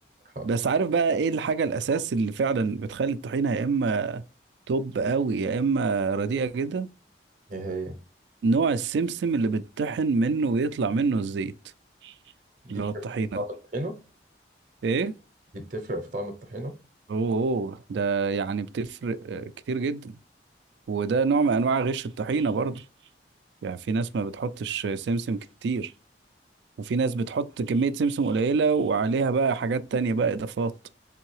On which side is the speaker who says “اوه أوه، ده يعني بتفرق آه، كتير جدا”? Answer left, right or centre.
Right